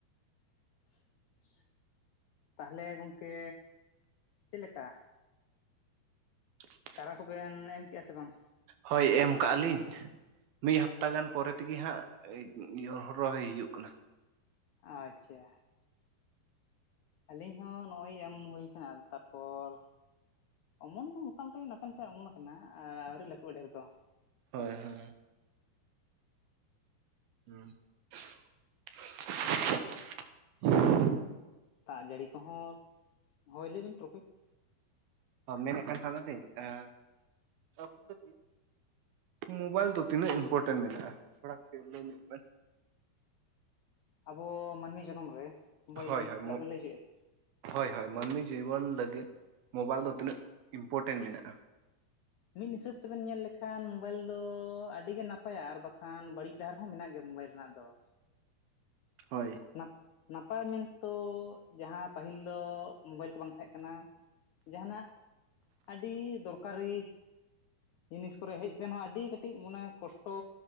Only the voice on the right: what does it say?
<unintelligible>
ᱦᱳᱭ ᱮᱢ ᱠᱟᱜ-ᱟ ᱞᱤᱧ᱾ ᱢᱤᱫ ᱦᱟᱯᱛᱟ ᱜᱟᱱ ᱯᱚᱨᱮ ᱛᱮᱜᱮ ᱦᱟᱸᱜ ᱦᱚᱨᱚᱭ ᱦᱩᱭᱩᱜ ᱠᱟᱱᱟ᱾
ᱦᱳᱭ
ᱦᱳᱭ ᱦᱩᱸ <unintelligible> <unintelligible>
ᱚ ᱢᱮᱱᱮᱫ ᱠᱟᱱ ᱛᱟᱦᱮᱸᱱᱟ ᱞᱤᱧ ᱟᱨ ᱟᱵᱚ ᱫᱚ ᱢᱳᱵᱟᱭᱤᱞ ᱫᱚ ᱛᱤᱱᱟᱹᱜ ᱤᱢᱯᱚᱴᱮᱱᱴ ᱢᱮᱱᱟᱜ-ᱟ ᱛᱷᱚᱲᱟ ᱠᱟᱹᱴᱤᱡ ᱞᱟᱹᱭ ᱧᱚᱜ ᱵᱮᱱ?
ᱦᱳᱭ
ᱦᱳᱭ
ᱦᱳᱭ ᱦᱳᱭ ᱢᱟᱹᱱᱢᱤ ᱡᱤᱵᱚᱱ ᱞᱟᱹᱜᱤᱫ ᱢᱳᱵᱟᱭᱤᱞ ᱫᱚ
ᱛᱤᱱᱟᱹᱜ ᱤᱢᱯᱚᱴᱮᱱ ᱢᱮᱱᱟᱜ-ᱟ᱾
ᱦᱚᱭ